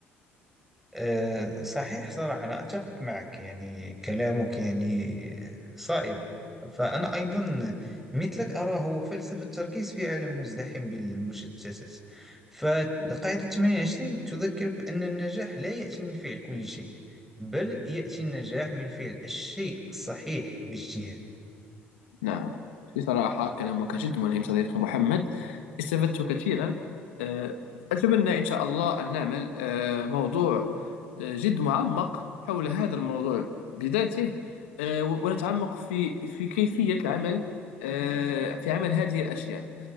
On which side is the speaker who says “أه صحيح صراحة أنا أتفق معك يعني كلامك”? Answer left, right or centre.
Centre